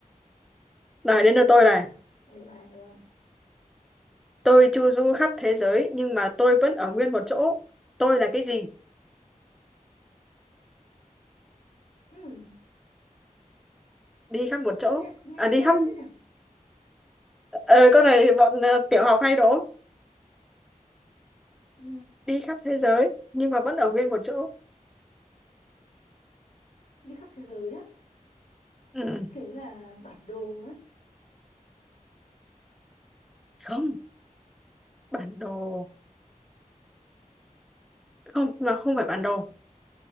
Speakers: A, in the centre; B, on the left.
A: này
B: Đâu
A: đến
B: đấy
A: lượt
B: là
A: tôi
B: bà.
A: này
B: Đấy là bà được không?
A: tôi chu du khắp thế giới nhưng mà tôi vẫn ở nguyên một chỗ tôi là cái gì
B: Ừ,
A: đi khắp một
B: sao
A: chỗ
B: nghe, nghe
A: à đi
B: quen
A: khắp
B: thế nhỉ?
A: ờ con này bọn ờ, tiểu học hay đố
B: Ừ,
A: đi khắp thế giới nhưng mà vẫn ở nguyên một chỗ
B: đi khắp thế giới á.
A: ừ. ừ.
B: Kể là bản đồ á.
A: không bản đồ không mà không phải bản đồ